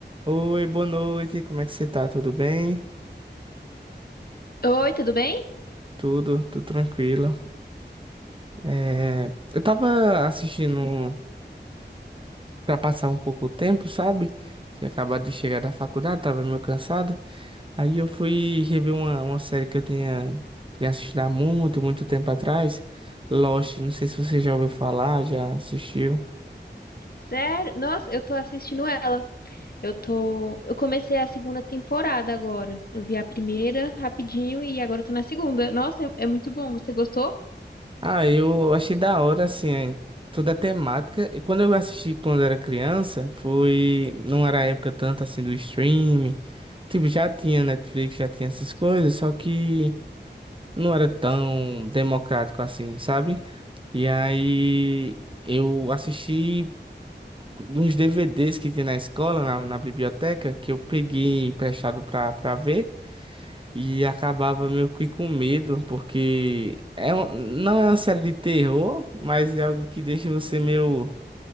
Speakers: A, on the right; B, on the left.
A: Oi, boa noite, como é que você tá? Tudo bem?
B: Oi, tudo bem?
A: Tudo, tudo tranquilo. É, eu tava assistindo pra passar um pouco o tempo, sabe? Tinha acabado de chegar da faculdade, tava meio cansado. Aí eu fui rever uma, uma série que eu tinha tinha assistido há muito, muito tempo atrás, Lost. Não sei se você já ouviu falar, já assistiu.
B: Sério? Nossa, eu tô assistindo ela. Eu tô, eu comecei a segunda temporada agora. Eu vi a primeira rapidinho e agora eu tô na segunda. Nossa, é, é muito bom. Você gostou?
A: Ah, eu achei da hora, assim, é, toda a temática. E quando eu assisti quando era criança, foi. Não era a época tanto assim do streaming. Tipo, já tinha Netflix, já tinha essas coisas, só que não era tão democrático assim, sabe? E aí eu assisti uns DVDs que tinha na escola, na, na biblioteca, que eu peguei emprestado pra, pra ver. E acabava meio que com medo, porque é um- não é uma série de terror, mas é algo que deixa você meio